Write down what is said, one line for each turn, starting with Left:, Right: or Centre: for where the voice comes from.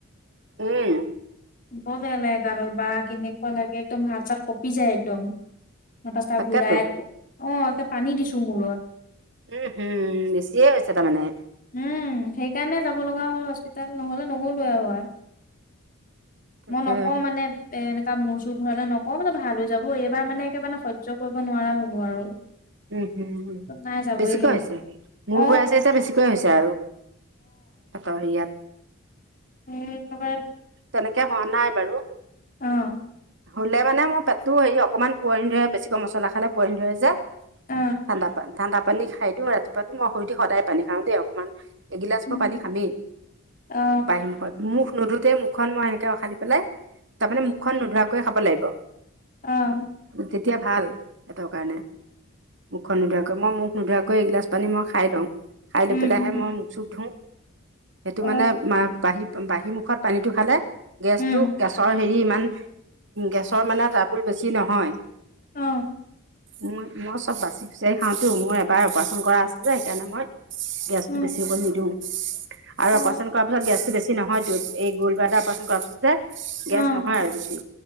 Right: উম
Left: ক বেলে গাল বা কেনেকুৱা লাগে একদম হাত চাৰ কপি যায় একদম। ম তটা
Right: তাকেতো
Left: ঘূৰাই আকৌ অ' এয়া পানী দিছো মূৰত।
Right: উম, হম বেছিয়ে হৈছে তাৰমানে।
Left: উম, সেইকাৰণে যাব লগা হল হস্পিতাল নহ'লে নগ লো হয়।
Right: তাকে
Left: মই নকওঁ মানে এ। ত মূৰচোৰ ঘূৰালে নকওঁ মানে ভাল হৈ যাব এইবাৰ মানে একেবাৰে সয়জ্য কৰিব নোৱাৰা হলো আৰু।
Right: উম', হম উম,
Left: নাই যাবই
Right: বেছিকৈ
Left: লাগিব
Right: হৈছে
Left: অ
Right: মোৰ ঘূৰাইছে এতিয়া বেছিকৈ হৈছে আৰু তাপৰ হেৰীয়াত।
Left: উম, তব
Right: তেনেকে হোৱা নাই বাৰু।
Left: অহ
Right: হ'লে মানে মোৰ পেটটো হেৰি অকণমান পোৱি ধৰে বেছিকৈ মছলা খালে পোৱি ধৰে যে।
Left: অ
Right: ঠাণ্ডা পানী ঠাণ্ড পানী খাই দিওঁ ৰাতিপুৱাাতো মই সু দি সদায় পানী খাও দেই অকণমান এগিলাচ
Left: উম
Right: ম পানী খামেই
Left: অ
Right: বাঁহী মুখত মুখ নুধোতেই মুখখন মই সেনেকে উখালি পেলাই। তাৰমানানে মুখখন নোধোৱাকৈ খাব লাগিব।
Left: অহ,
Right: তেতিয়া ভাল সিহঁতৰ কাৰণে মুখখন নোধোৱাকৈ মই মুখ নোধোৱাকৈ এগিলাচ পানী মই খাই লওঁ। খাই
Left: উম
Right: লৈ পেলাই
Left: উম
Right: আহে মই মুখ চুখ ধো। সেইটো
Left: অ
Right: মানে বাহী-বাহী মুখত পানীটো খালে গেছটো
Left: উম
Right: গেছৰ হেৰি ইমান গেছৰ মানে তাবোল বেছি নহয়।
Left: অ,
Right: মই-মই চব বাচি খুচাৰি খাওতো মোৰ এবাৰ অপাৰেচন কৰা আছে যে সেইকাৰণে মই। গেছতটো
Left: উম
Right: বেছি হ'ব নিদিওঁ। আৰু
Left: অ
Right: অপাৰচন কৰাৰ পাছত গেছটো বেছি নহয়তো এই গল বাৰ এটা অপাৰচন কৰাৰ পাছত যে।
Left: অ
Right: গেছ নহয় আৰু বেছি।